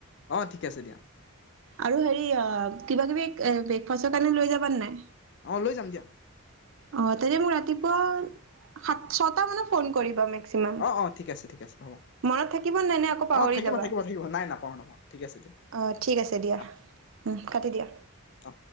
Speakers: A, on the left (about 50°); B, on the right (about 60°).
A: অ ঠিকে আছে দিয়া
B: আৰু হেৰি অ' কিবা কিবি ফচ কানি লৈ যাবা নাই
A: অঁ লৈ যাম দিয়া
B: অ তেনে মোক ৰাতিপুৱা সাত ছটা মানে ফোন কৰিবা মেকচিমাম
A: অ অ ঠিক আছে ঠিক আছে হ'ব
B: মনত থাকিব নাই নে আকৌ পাহৰি
A: অ থাকিব
B: যাবা
A: থাকিব থাকিব নাই নাপাহৰো নাপাহৰো ঠিক আছে দিয়া
B: অ ঠিক আছে দিয়া
A: আহ
B: কাটি দিয়া
A: আহ অ